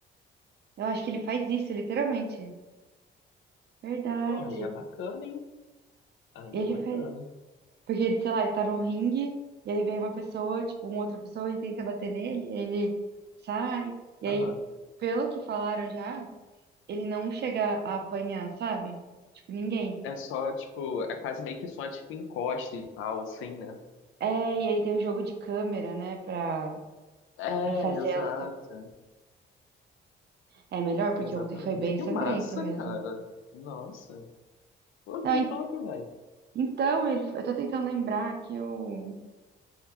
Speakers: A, on the right; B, on the left.
A: Eu acho que ele faz isso, literalmente. Verdade.
B: Pô, aí é bacana, hein? Aí
A: Ele
B: é bacana.
A: faz, porque ele, sei lá, ele tá num ringue e aí vem uma pessoa, tipo, uma outra pessoa e tenta bater nele, ele sai e
B: Aham.
A: aí, pelo que falaram já, ele não chega a apanhar, sabe? Tipo, ninguém.
B: É só, tipo, é quase meio que só, tipo, encosta e tal, assim, né?
A: É, e aí tem o jogo de câmera, né, pra,
B: É,
A: pra fazer
B: exato.
A: a luta. É melhor, porque
B: Exatamente.
A: ontem foi bem
B: Que
A: sangrento
B: massa,
A: mesmo.
B: cara. Nossa. Pô,
A: Não,
B: que
A: en-
B: top, velho.
A: então, ele, foi- eu tô tentando lembrar que eu.